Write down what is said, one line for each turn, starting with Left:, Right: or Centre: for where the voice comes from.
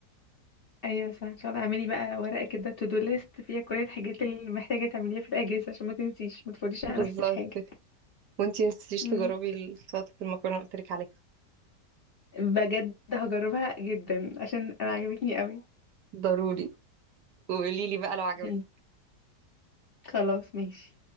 Left: ايوه صح ان شاء الله اعملي بقى ورقه كده تو دو ليست فيها كل الحاجات اللي محتاجه تعمليها في الاجازه عشان ما تنسيش ما تفضيش على
Right: بالظبط
Left: نفسك حاجه
Right: وانتي متنسيش
Left: امم
Right: تجربي السلطة المكرونة اللي قلت لك عليها
Left: بجد هجربها جدا عشان انا عجبتني قوي
Right: ضروري وقولي لي بقى لو عجبتك
Left: مم. خلاص ماشي